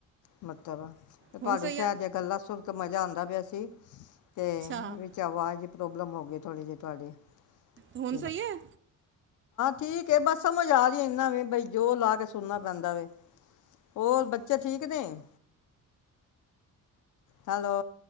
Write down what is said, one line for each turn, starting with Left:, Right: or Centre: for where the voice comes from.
Left: ਮਤਲਬ ਤੇ ਤੁਹਾਡੇ
Right: ਹੁਣ ਸਹੀ
Left: ਸ਼ਹਿਰ
Right: ਆ
Left: ਦੀਆਂ ਗੱਲਾਂ ਸੁਣ ਕੇ, ਮਜ਼ਾ ਆਉਂਦਾ ਪਿਆ ਸੀ, ਤੇ
Right: ਅੱਛਾ
Left: ਵਿੱਚ ਆਵਾਜ਼ ਪ੍ਰੋਬਲ ਹੋ ਗਈ, ਥੋੜ੍ਹੇ ਜਹੇ ਤੁਹਾਡੇ <inaudible>
Right: ਹੁਣ ਸਹੀ ਹੈ
Left: ਠੀਕ ਬਸ ਸਮਝ ਆ ਰਹੀ, ਇਨਾ ਵੀ ਬਈ ਜੋਰ ਲਾ ਕੇ ਸੁਣਨਾ ਪੈਂਦਾ ਵ, ਹੋਰ ਬੱਚੇ ਠੀਕ ਨੇ? ਹੈਲੋ।